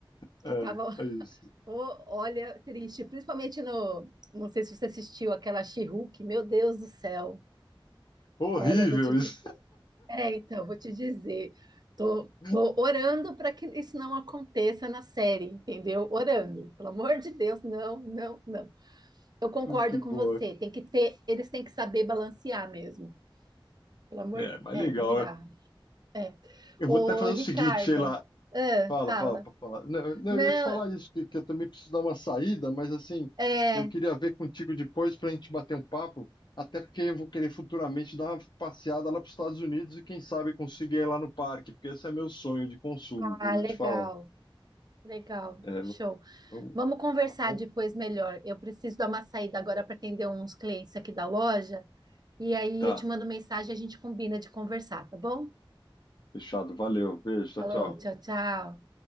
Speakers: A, on the left (about 55°); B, on the right (about 50°).
A: É,
B: que tava
A: é isso.
B: Ô, olha, triste, principalmente no. Não sei se você assistiu aquela She-Hulk, meu Deus do céu.
A: Horrível
B: Olha, eu vou te
A: isso.
B: dizer. É, então, vou te dizer. Tô,
A: <laughs>
B: tô orando para que isso não aconteça na série, entendeu? Orando. Pelo amor de Deus, não, não, não. Eu concordo
A: Que
B: com
A: boa.
B: você. Tem que ter, eles têm que saber balancear mesmo. Pelo amor,
A: É, mas
B: é,
A: legal.
B: não dá. É.
A: Eu
B: Ô,
A: vou até fazer
B: Ricardo,
A: o seguinte, sei lá.
B: ah,
A: Fala,
B: fala.
A: fala, pa- fala. Não, não,
B: Não,
A: eu ia te falar isso, que, que eu também preciso dar uma saída, mas assim,
B: é,
A: eu queria ver contigo depois para a gente bater um papo, até porque eu vou querer futuramente dar uma passeada lá para os Estados Unidos e quem sabe conseguir ir lá no parque, porque esse é meu sonho de consumo,
B: ah,
A: eu vou
B: legal,
A: te falar.
B: legal,
A: É,
B: show.
A: vamos-
B: Vamos conversar
A: tá bom?
B: depois melhor. Eu preciso dar uma saída agora para atender uns clientes aqui da loja. E aí
A: Tá,
B: eu te mando mensagem e a gente combina de conversar, tá bom?
A: fechado, valeu, beijo,
B: Falou,
A: tchau,
B: tchau,
A: tchau.
B: tchau.